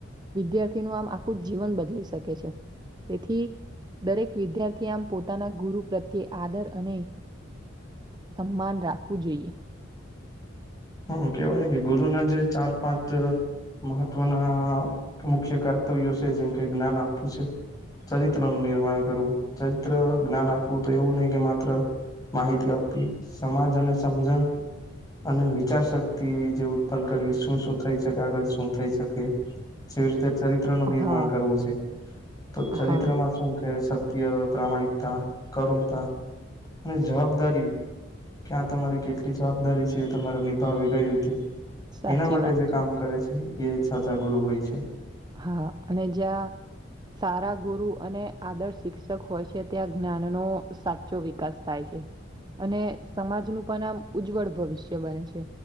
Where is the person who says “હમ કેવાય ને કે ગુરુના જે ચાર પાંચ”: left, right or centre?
Left